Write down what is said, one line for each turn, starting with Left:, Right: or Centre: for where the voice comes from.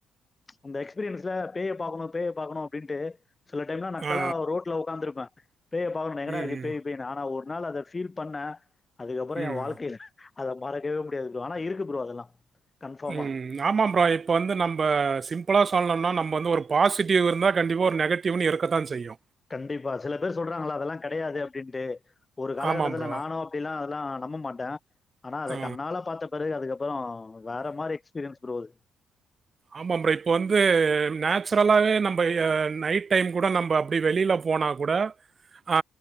Left: அந்த எக்ஸ்பீரியன்ஸ்ல பேய பாக்கணும் பேய பாக்கணும் அப்டின்ட்டு சில டைம்ல
Right: ஆ.
Left: ரோட்ல ஒக்காந்துருப்பே பேய பாக்கணும் எங்கடா
Right: ம்.
Left: இருக்கு பேய் பேயுனு ஆனா ஒரு நாள் அத ஃபீல் பண்ண அதுக்கப்பற என்
Right: ம்.
Left: வாழ்க்கைல அத மறக்கவே முடியாது ப்ரோ ஆனா இருக்கு ப்ரோ அதெல்லா கன்ஃபார்மா
Right: ம் ஆமா ப்ரோ இப்ப வந்து நம்ம சிம்பிளா சொல்லணும்னா நம்ம வந்து ஒரு பாசிட்டிவ் இருந்தா கண்டிப்பா ஒரு நெகட் <unintelligible> ஒன்னு இருக்கத்தான் செய்யு
Left: கண்டிப்பா சில பேர் சொல்றாங்களா அதெல்லா கெடயாது அப்டின்ட்டு ஒரு காலகட்டத்துல
Right: ஆமாம் ப்ரோ.
Left: நானு அப்டியெல்லா அதெல்லா நம்ப மாட்டே ஆனா அத
Right: ஆ.
Left: கண்ணால பாத்த பெறகு அதுக்கப்பறோ வேற மாரி எக்ஸ்பீரியன்ஸ் ப்ரோ அது
Right: ஆமாம் ப்ரோ இப்ப வந்து நேச்சுரலாவே நம்ப எ அ நைட் டைம் கூட நம்ப அப்டி வெளில போனா கூட அ